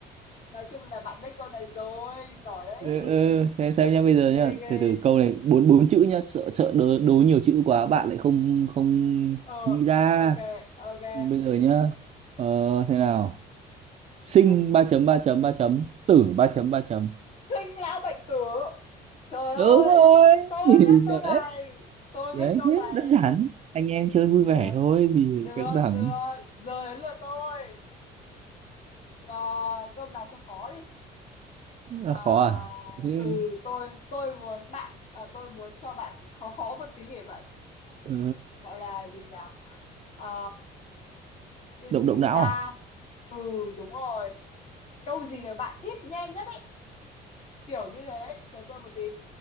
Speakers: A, on the left; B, on the right.
A: Nói chung là bạn biết câu này rồi, giỏi đấy.
B: ừ, ừ, thế xem nhá bây giờ
A: Ghê
B: nhá
A: ghê.
B: từ từ câu này bốn bốn chữ nhá sợ sợ đố, đố nhiều chữ quá bạn lại không không
A: Ờ,
B: nghĩ ra
A: ok, ok.
B: bây giờ nhá ờ, thế nào sinh
A: Được.
B: ba chấm ba chấm ba chấm tử ba chấm ba chấm
A: Sinh lão bệnh tử. Trời ơi,
B: đúng rồi
A: tôi
B: <laughs>
A: biết câu
B: đấy
A: này. Tôi
B: đấy
A: biết câu
B: thế
A: này.
B: đơn giản anh em chơi vui
A: Được,
B: vẻ thôi thì
A: được,
B: căng thẳng
A: được. Giờ đến lượt tôi. À, câu nào cho khó đi.
B: là
A: À,
B: khó à thế
A: ừ, tôi tôi muốn bạn à, tôi muốn cho bạn khó khó một tí để bạn
B: ờ,
A: gọi là gì nhỉ? À, cái
B: động
A: gì
B: động não
A: ta
B: à
A: ừ đúng rồi câu gì mà bạn ít nghe nhất ấy kiểu như thế chờ tôi một tí